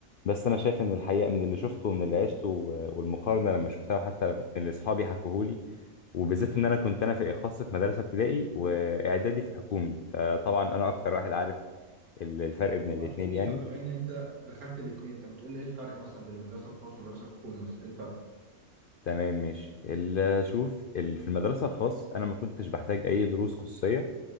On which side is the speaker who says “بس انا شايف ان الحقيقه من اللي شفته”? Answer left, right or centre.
Left